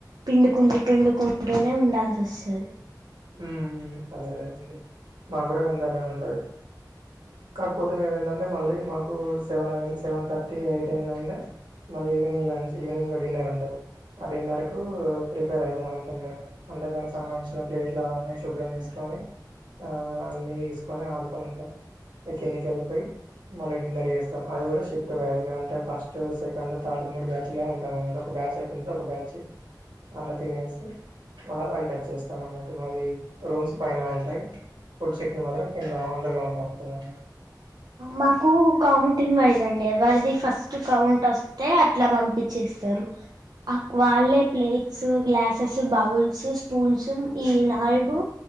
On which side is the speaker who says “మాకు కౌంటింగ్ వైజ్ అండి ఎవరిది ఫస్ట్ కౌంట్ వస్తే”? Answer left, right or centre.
Right